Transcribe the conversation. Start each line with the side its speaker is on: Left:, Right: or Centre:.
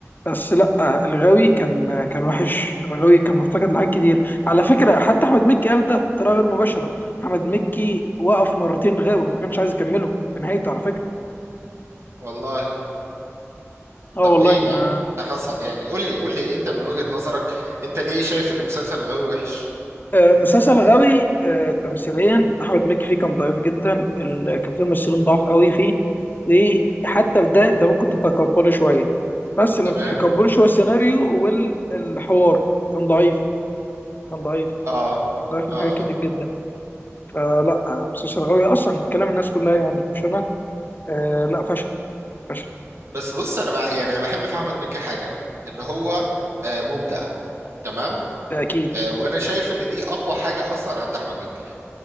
Left: بس لا الغاوي كان كان وحش الغاوي كان مفتقد لحاجات كتير على فكره حتى احمد مكي قال ده بطريقه غير مباشره احمد مكي وقف مرتين غاوي وما كانش عايز يكمله في نهايته على فكره
Right: والله
Left: اه
Right: طب
Left: والله
Right: ليه يعني
Left: ما
Right: إيه اللي حصل يعني قول لي قول لي انت من وجهة نظرك انت ليه شايف ان مسلسل الغاوي وحش
Left: آه، مسلسل غاوي آه، تمثيليا احمد مكي فيه كان ضعيف جدا ال- كان فيه ممثلين ضعاف قوي فيه وحتى في ده انت ممكن تتقبله شويه بس اللي
Right: تمام
Left: ما تتقبلوش هو السيناريو والحوار كان ضعيف كان ضعيف
Right: اه
Left: كان ضعيف
Right: اه
Left: من حاجات كتير جدا آه لا آه، مسلسل شرغاوي اصلا من كلام الناس كلها يعني مش انا آه لا فشل فشل
Right: بس بص انا بقى يعني انا بحب في احمد مكي حاجه ان هو آه، مبدع تمام
Left: ده اكيد
Right: آه، وانا شايف ان دي اقوى حاجه اصلا عند احمد مكي